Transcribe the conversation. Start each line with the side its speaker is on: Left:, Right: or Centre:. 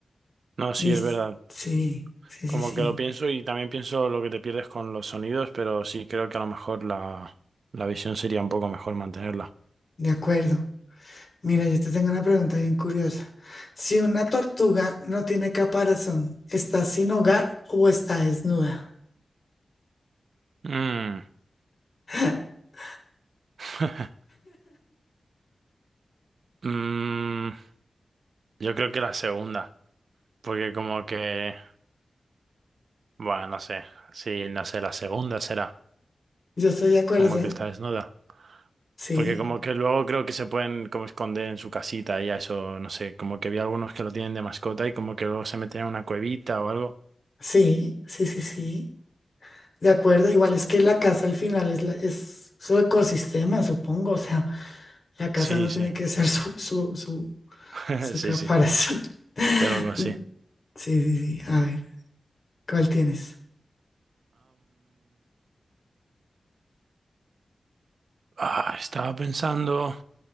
Right: No, sí,
Left: Dis-
Right: es verdad.
Left: sí, sí,
Right: Como
Left: sí, sí,
Right: que lo pienso y también pienso lo que te pierdes con los sonidos, pero sí creo que a lo mejor la, la visión sería un poco mejor mantenerla.
Left: de acuerdo. Mira, yo te tengo una pregunta bien curiosa. Si una tortuga no tiene caparazón, ¿está sin hogar o está desnuda?
Right: Mm.
Left: <laughs>
Right: <laughs> Mm, yo creo que la segunda, porque como que, bueno, no sé, sí, no sé, la segunda será,
Left: Yo estoy de acuerdo,
Right: como
Left: ¿sabes?
Right: que está desnuda,
Left: Sí,
Right: porque como que luego creo que se pueden como esconder en su casita y a eso, no sé, como que vi algunos que lo tienen de mascota y como que luego se meten en una cuevita o algo.
Left: sí, sí, sí, sí. De acuerdo, igual es que la casa al final es, la- es su ecosistema, supongo. O sea, la casa
Right: Sí,
Left: no
Right: sí,
Left: tiene que ser su, su, su,
Right: <laughs>
Left: su
Right: sí,
Left: caparazón.
Right: sí,
Left: <laughs>
Right: creo que sí.
Left: Sí, sí, sí. A ver, ¿cuál tienes?
Right: Ah, estaba pensando,